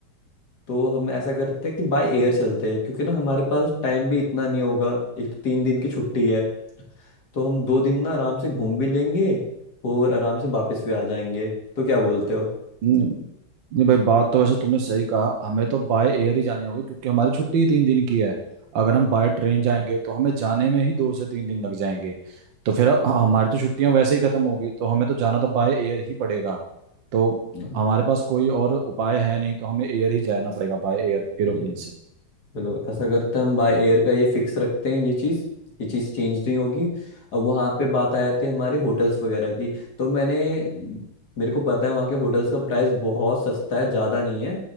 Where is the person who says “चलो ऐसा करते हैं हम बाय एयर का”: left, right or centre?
Left